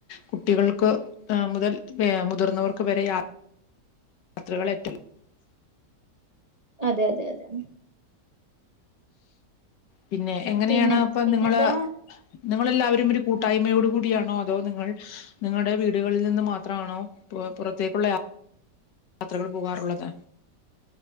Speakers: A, on the left; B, on the right.
A: കുട്ടികൾക്ക്. ആ മുതൽ വേ മുതിർന്നവർക്ക് വരെ യാ യാത്രകള് <unintelligible>
B: അതെ അതെ അതെ.
A: പിന്നെ എങ്ങനെയാണ്
B: പിന്നെ
A: അപ്പ
B: പിന്നെന്താ
A: നിങ്ങള് നിങ്ങല്ലാവരും ഒരു കൂട്ടായ്മയോട് കൂടിയാണോ അതോ നിങ്ങൾ നിങ്ങ ളുടെ വീടുകളിൽ നിന്ന് മാത്രാണോ. പു പുറത്തേക്കുള്ള യാത്രകൾ പോകാറുള്ളത്?